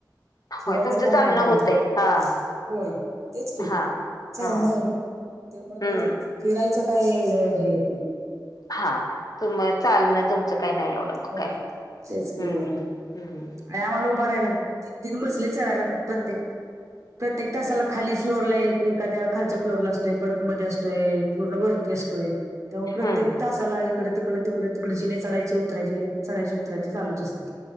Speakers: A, on the left (about 55°); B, on the right (about 40°).
A: होय
B: फिरायचं
A: तुमचं
B: काय
A: चालणं
B: एवढं हे
A: होतय
B: नाही
A: हा
B: होय तेच क
A: हा
B: चांगल
A: हा
B: नाही त्यामुळे
A: हम्म
B: काही फिरायचं काही एवढं हे येत नाही.
A: हा तुम चालणं तुमचं काही नाही एवढं मग
B: होय
A: काय
B: तेच की
A: हं
B: होय
A: हं
B: आणि आम्हाला उभं राहायला लागतात तीन, तीन मजले चढायला लागतात प्रत्येक प्रत्येक तासाला खाली फ्लोरला एक एखाद्या खालच्या फ्लोरला असतोय. परत मध्ये असतोय. पूर्ण वरती असतोय त्यामुळे प्रत्येक
A: हम्म
B: तासाला तिकडं तिकडं तिकड तिकडे जिने चडायचे उतरायचे चडायचे उतरायचे चालूच असते.